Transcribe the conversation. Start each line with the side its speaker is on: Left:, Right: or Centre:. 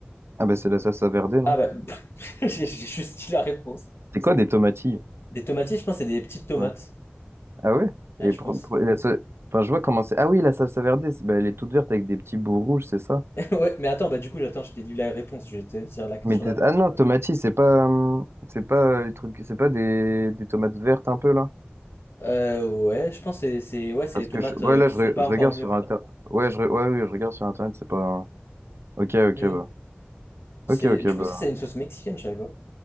Right: Ah bah c'est la salsa verde, non?
Left: Ah bah, <laughs> j'ai j'ai juste dit la réponse.
Right: C'est quoi des tomatilles?
Left: Des tomatilles, je pense, c'est des petites tomates.
Right: Ouais. Ah ouais?
Left: Ouais,
Right: Et
Left: je
Right: pour,
Left: pense.
Right: pour- et la sa- enfin, je vois comment c'est. Ah oui, la salsa verde, c'est- bah, elle est toute verte avec des petits bouts rouges, c'est ça?
Left: <laughs> Ouais, mais attends, bah du coup, j'attends, je t'ai dit la réponse, je vais te dire la question
Right: Mais t'es-
Left: d'après.
Right: ah non, tomatilles, c'est pas, hum, c'est pas euh, les trucs, c'est pas des, des tomates vertes un peu là?
Left: Euh, ouais, je pense que c'est c'est- ouais, c'est
Right: Parce
Left: les
Right: que
Left: tomates
Right: je, ouais
Left: euh,
Right: là,
Left: qui
Right: je,
Left: sont
Right: re-
Left: pas
Right: je
Left: encore
Right: regarde
Left: mûres.
Right: sur internet. Ouais, je, re- ouais, oui, je regarde sur internet, c'est pas. Ok, ok,
Left: Hmm.
Right: bah.
Left: C'est,
Right: Ok, ok,
Left: du
Right: bah.
Left: coup, ça, c'est une sauce mexicaine, je savais pas.